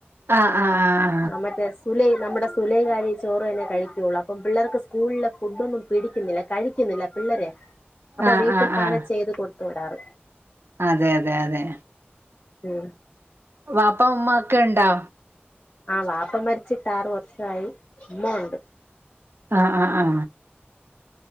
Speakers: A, on the right; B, on the left.
A: ആഹ് ആഹ് ആഹ്
B: ആ മറ്റേ ഉല്ലെ നമ്മുടെ സ്‌ സുലേഖകാരി ചോറ് തന്നെ കഴിക്കുള്ളൂ. അപ്പം പിള്ളർക്ക് സ്കൂളിലെ ഫുഡ് ഒന്നും പിടിക്കുന്നില്ല കഴിക്കുന്നില്ല. പിള്ളേര് അപ്പൊ
A: ആഹ്
B: വീട്ടിന്നാണ്
A: ആഹ് ആഹ് ആഹ്
B: ചെയ്ത് കൊടുത്ത് വിടാറ്.
A: അതെ അതെ അതെ.
B: ഉം
A: വാപ്പ ഉമ്മ ഒക്കെ ഉണ്ടോ?
B: ആ വാപ്പ മരിച്ചിട്ട് ആറ് വർഷായി. ഉമ്മ ഉണ്ട്.
A: ആ ആ ആ